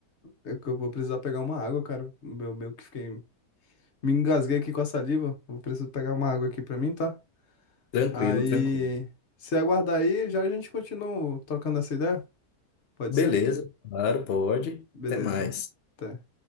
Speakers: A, on the left; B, on the left.
A: É que Eu vou precisar pegar uma água, cara. Eu meio que fiquei. Me engasguei aqui com a saliva. Vou precisar pegar uma água aqui pra mim, tá?
B: Tranquilo,
A: Aí.
B: tranquilo.
A: Se aguardar aí, já a gente continua trocando essa ideia? Pode
B: Beleza,
A: ser?
B: claro, pode.
A: Beleza.
B: Até mais.
A: Até.